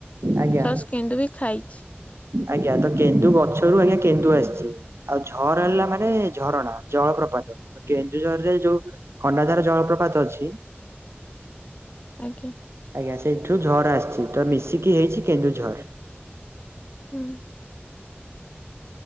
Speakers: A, on the left; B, on the right.
A: ପ୍ଲସ
B: ଆଜ୍ଞା
A: କେନ୍ଦୁ ବି ଖାଇଛି।
B: ଆଜ୍ଞା ତ କେନ୍ଦୁ ଗଛରୁ ଆଜ୍ଞା କେନ୍ଦୁ ଆସିଚି। ଆଉ ଝର ହେଲା ମାନେ ଝରଣା ଜଳପ୍ରପାତ। ତ କେନ୍ଦୁଝରରେ ଯୋଉ ଖଣ୍ଡାଧାର ଜଳପ୍ରପାତ ଅଛି।
A: ଆଜ୍ଞା।
B: ଆଜ୍ଞା ସେଇଠୁ ଝର ଆସିଛି ତ ମିଶିକି ହେଇଛି କେନ୍ଦୁ ଝର।
A: ହୁଁ।